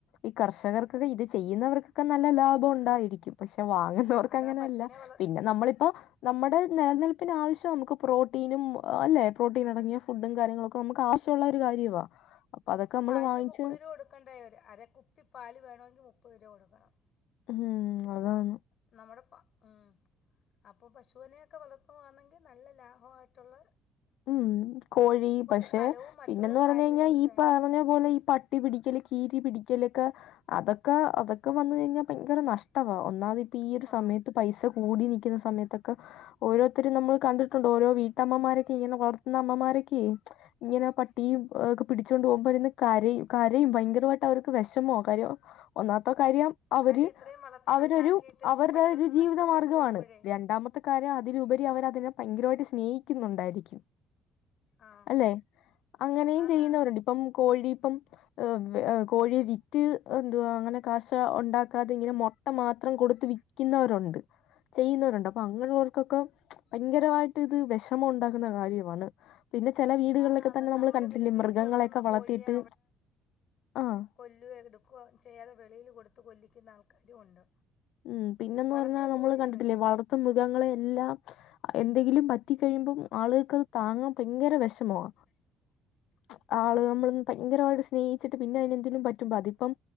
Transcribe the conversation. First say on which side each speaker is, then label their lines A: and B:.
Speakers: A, on the left; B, on the left.
A: ഈ കർഷകർക്കൊക്കെ ഇത് ചെയ്യുന്നവർക്കൊക്കെ നല്ല ലാഭവുണ്ടായിരിക്കും പക്ഷെ വാങ്ങുന്നവർക്കങ്ങനെയല്ല.
B: അതാ പശുവിനെ വളർ
A: പിന്നെ നമ്മളിപ്പോ നമ്മുടെ നിലനിൽപ്പിനാവശ്യം നമ്മക്ക് പ്രോട്ടീനും ആഹ് അല്ലെ? പ്രോട്ടീൻ അടങ്ങിയ ഫുഡും കാര്യങ്ങളൊക്കെ നമുക്ക് ആവശ്യമുള്ള ഒരു കാര്യവാ അപ്പൊ അതൊക്കെ
B: ഇപ്പൊ
A: നമ്മള്
B: പാലിന്
A: വാങ്ങിച്ച്
B: മുപ്പത് രൂപ കൊടുക്കണ്ടേ അര കുപ്പി പാലിന് വേണമെങ്കിൽ മുപ്പത് രൂപ കൊടുക്കണം.
A: ഉം അതാണ്
B: നമ്മുടെ പ ഉം അപ്പോൾ പശുവിനെയൊക്കെ വളർത്തുവാണെങ്കിൽ നല്ല ലാഭവായിട്ടുള്ള
A: ഉം കോഴി പക്ഷെ
B: സ്ഥലവും മറ്റുള്ള
A: പിന്നന്ന് പറഞ്ഞ
B: കാര്യങ്ങൾ
A: കഴിഞ്ഞാൽ ഈ
B: വേണം
A: പറഞ്ഞ ഇതുപോലെ ഈ പട്ടി പിടിക്കല് കീരി പിടിക്കലൊക്കെ അതൊക്കെ അതൊക്കെ വന്ന് കഴിഞ്ഞാൽ ഭയങ്കര നഷ്ടമാണ് ഒന്നാമത് ഇപ്പൊ ഈ ഒരു
B: ആ
A: സമയത്ത് പൈസ കൂടി നിൽക്കുന്ന സമയത്തൊക്കെ ഓരോത്തരും നമ്മൾ കണ്ടിട്ടുണ്ട് ഓരോ വീട്ടമ്മമാരെെ ഇങ്ങനെ വളർത്തുന്ന അമ്മമാരൊക്കെ ഇങ്ങനെ പട്ടിയും ഒക്കെ പിടിച്ചുകൊണ്ട് പോകുമ്പോൾ ഇരുന്ന് കരയും കരയും ഭയങ്കരമായിട്ട് അവർക്ക് വിഷമോ കാര്യോ ഒന്നാത്ത കാര്യം അവര്
B: കാര്യം ഇത്രയും വളർത്തി
A: അവരൊരു
B: വലുതാക്കിയിട്ട്
A: അവര്ടെ
B: പെട്ടെന്ന്
A: ഒരു ജീവിത
B: നഷ്ടപ്പെട്ടു
A: മാർഗ്ഗമാണ്
B: പോകുമ്പോഴേ
A: രണ്ടാമത്തെ കാര്യം അതിലുപരി അവർ അതിനെ ഭയങ്കരമായിട്ട് സ്നേഹിക്കുന്നുണ്ടായിരിക്കും.
B: ആ
A: അല്ലെ അങ്ങനെയും
B: ആന്നാന്ന്
A: ചെയ്യുന്നവരുണ്ട് ഇപ്പം കോഴിപ്പം <unintelligible> കോഴിയെ വിറ്റ് എന്തുവാ അങ്ങനെ കാശ ഉണ്ടാക്കാതെ ഇങ്ങനെ മൊ <unintelligible> <unintelligible> മാത്രം കൊടുത്ത് വിക്കുന്നവരുണ്ട്. ചെയ്യുന്നവരുണ്ട് അപ്പൊ, അങ്ങനെയുള്ളവർക്കൊക്ക ഭയങ്കരമായിട്ട് ഇത് വിഷമം ഉണ്ടാ നടക്കുന്ന കാര്യമാണ്. പിന്നെ ചില വീടുകളിലൊക്കെ
B: ആന്നാന്ന്
A: തന്നെ നമ്മൾ
B: നമ്മുടെ
A: കണ്ടിട്ടില്ലേ
B: വീ വീട്ടിൽ
A: മൃഗങ്ങളെക്കെ
B: വളർത്തുന്ന
A: വളർത്തിയിട്ട്
B: കോഴിയെ
A: ആഹ്
B: കൊല്ല എടുക്കുക ചെയ്യാതെ വെളിയിൽ കൊടുത്ത് കൊല്ലിക്കുന്ന ആൾക്കാരും ഉണ്ട്
A: ഉം പിന്നെന്ന്
B: വളർത്തിയ
A: പറഞ്ഞാൽ നമ്മള്
B: കോഴികളെ
A: കണ്ടിട്ടില്ലേ വളർത്ത മൃഗങ്ങളെ എല്ലാം മ്മ്ച് എന്തെങ്കിലും പറ്റി കഴിയുമ്പം ആളുകൾക്കത് താങ്ങാൻ ഭയങ്കര വിഷമവാ.
B: <unintelligible>
A: മ്മ്ച് ആള്
B: ആ
A: നമ്മൾ ഭയങ്കരമായിട്ട് സ്നേഹിച്ചിട്ട് പിന്നെ അതിനെന്തേലും പറ്റുമ്പോ അതിപ്പം